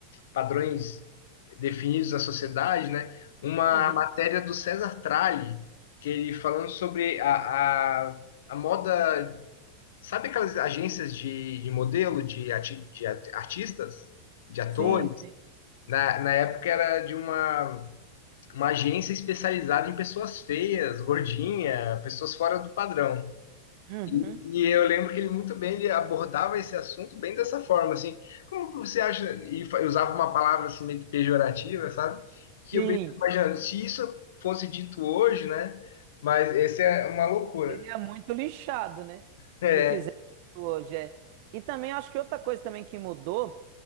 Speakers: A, on the left (about 55°); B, on the right (about 45°).
A: padrões definidos da sociedade, né? Uma
B: Uhum.
A: matéria do César Tralli, que ele falando sobre a, a, a moda. Sabe aquelas agências de, de modelo, de, ati- de art- artistas, de atores?
B: Sim, sim.
A: Na, na época era de uma, uma agência especializada em pessoas feias, gordinha, pessoas fora do padrão.
B: Uhum.
A: E, e eu lembro que ele muito bem ele abordava esse assunto bem dessa forma, assim, como que você acha, e fa- usava uma palavra assim meio que pejorativa, sabe? Que
B: Sim.
A: eu fico imaginando, se isso fosse dito hoje, né? Mas essa é uma loucura.
B: Seria muito lixado, né?
A: É,
B: Se fizesse isso hoje, é. E também eu acho que outra coisa também que mudou